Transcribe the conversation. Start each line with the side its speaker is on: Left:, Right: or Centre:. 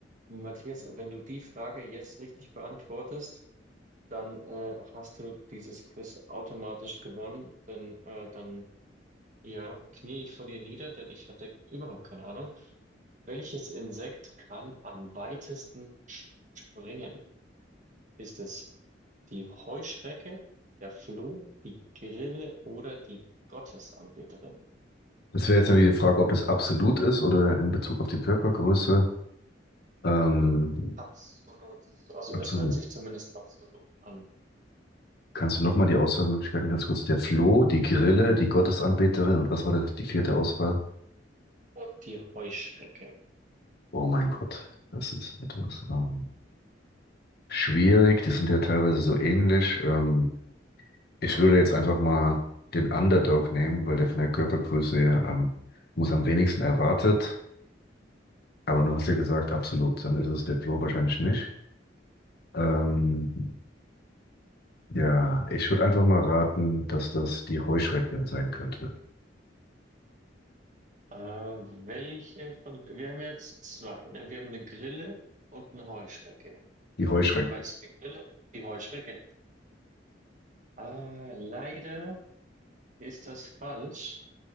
Right: Matthias, wenn du die Frage jetzt richtig beantwortest, dann äh, hast du dieses Quiz automatisch gewonnen, denn äh, dann ja, knie ich vor dir nieder, denn ich hatte überhaupt keine Ahnung. Welches Insekt kann am weitesten sch- springen? Ist es die Heuschrecke, der Floh, die Grille oder die Gottesanbeterin?
Left: Das wäre jetzt irgendwie die Frage, ob es absolut ist oder in Bezug auf die Körpergröße. Ähm,
Right: Absolut. Also
Left: absolut.
Right: es hört sich zumindest absolut an.
Left: Kannst du nochmal die Auswahlmöglichkeiten ganz kurz? Der Floh, die Grille, die Gottesanbeterin und was war das, die vierte Auswahl?
Right: Und die Heuschrecke.
Left: Oh mein Gott, das ist etwas ähm, schwierig. Die sind ja teilweise so ähnlich. Ähm, Ich würde jetzt einfach mal den Underdog nehmen, weil der von der Körpergröße her am, muss am wenigsten erwartet. Aber du hast ja gesagt, absolut, dann ist es der Flo wahrscheinlich nicht. Ähm, ja, ich würde einfach mal raten, dass das die Heuschrecke sein könnte.
Right: Äh, welche von... Wir haben jetzt zwei, ne? Wir haben eine Grille und eine Heuschrecke.
Left: Die Heuschrecke.
Right: Meinst du die Grille? Die Heuschrecke. Ah, leider ist das falsch.